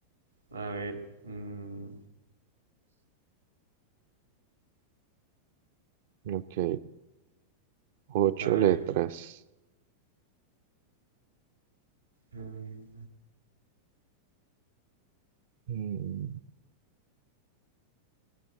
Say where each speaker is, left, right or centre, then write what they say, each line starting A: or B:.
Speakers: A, on the right (about 80°); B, on the right (about 55°).
A: A ver, mm,
B: Ok. Ocho
A: a ver.
B: letras.
A: mm,
B: Mm,